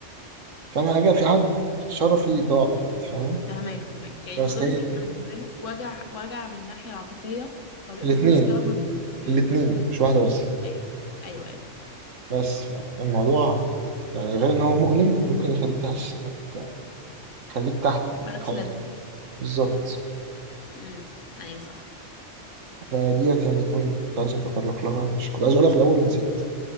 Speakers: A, on the right; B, on the left.
A: فاهم حاجة في حد شرفي ضاع دلوقتي فاهمة
B: فهماك فهماك يعني
A: بس
B: الموضوع
A: هي
B: مش بيبقى
A: دي
B: بالنسبة له وجع وجع من الناحية العاطفية هو بيبقى
A: الاتنين
B: بالنسبة له مشكلة أكبر من كده كتير
A: الاتنين مش واحدة بس
B: أيوه أيوه أيوه
A: بس يعني الموضوع يعني غير إن هو مؤلم ممكن يخليك تحس إنك يعني يخليك تحت يعني
B: مالكش
A: خالص
B: لازمة
A: بالظبط
B: امم أيوه صح
A: فديت يعني بوينت كنت عايز اتطرق لها مش كنت عايز اقولها في الاول ونسيت